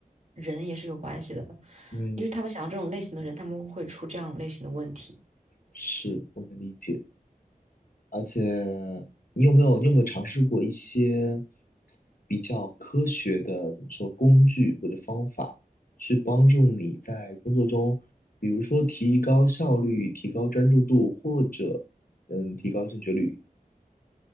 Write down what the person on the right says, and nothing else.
人也是有关系的，
因为他们想要这种类型的人，他们会出这样类型的问题。